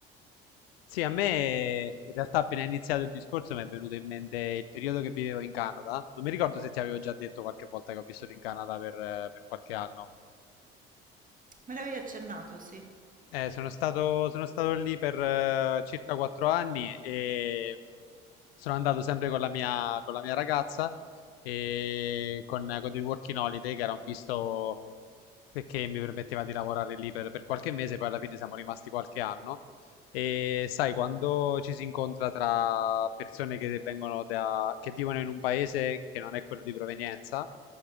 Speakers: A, on the left; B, on the right.
A: Sì, a me in realtà appena è iniziato il discorso mi è venuto in mente il periodo che vivevo in Canada. Non mi ricordo se ti avevo già detto qualche volta che ho vissuto in Canada per, eh, per qualche anno.
B: Me l'avevi accennato, sì.
A: Eh, sono stato, sono stato lì per eh, circa quattro anni e sono andato sempre con la mia, con la mia ragazza e con, con il Working Holiday, che era un visto perché mi permetteva di lavorare lì per, per qualche mese, poi alla fine siamo rimasti qualche anno. E sai, quando ci si incontra tra persone che vengono da, che vivono in un paese che non è quello di provenienza,